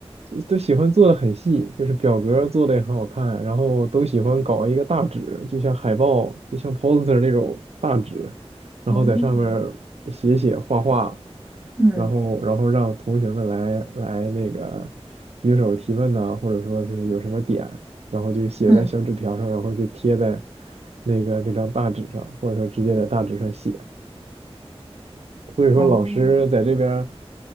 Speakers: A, on the right; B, on the right.
A: 都喜欢做的很细，就是表格儿做的也很好看，然后都喜欢搞一个大纸，就像海报，就像 poster 那种大纸，然后在上面儿写写画画，
B: 哦，嗯
A: 然后然后让同学们来来那个举手提问呐、或者说是有什么点，然后就写在小纸条上，
B: 嗯，
A: 然后就贴在那个那张大纸上，或者说直接在大纸上写。所以说老师在这边儿
B: 哦，